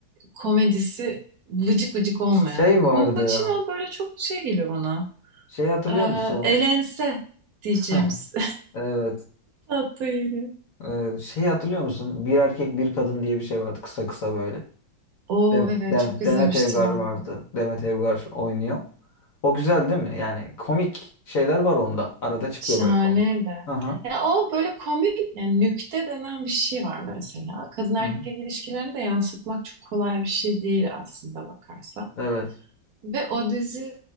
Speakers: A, on the right; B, on the left.
A: komedisi vıcık vıcık olmayan.
B: Şey vardı
A: Kolpaçino
B: ya.
A: böyle çok şey geliyor bana.
B: Şey hatırlıyor
A: Ee,
B: musun?
A: elense diyeceğimiz.
B: <laughs> Evet.
A: <laughs> Tatlı yeri.
B: Ee, şey hatırlıyor musun? Bir erkek bir kadın diye bir şey vardı kısa kısa böyle.
A: Oo
B: Dem
A: evet
B: Dem-
A: çok izlemiştim
B: Demet Evgar
A: onu.
B: vardı. Demet Evgar oynuyor. O güzel değil mi? Yani komik şeyler var onda. Arada çıkıyor
A: Şahane
B: böyle komik.
A: de.
B: Hı hı.
A: Ya o böyle komik yani nükte denen bir şey var mesela. Kadın erkek
B: Hı hı.
A: ilişkilerini de yansıtmak çok kolay bir şey değil aslında bakarsan.
B: Evet.
A: Ve o dizi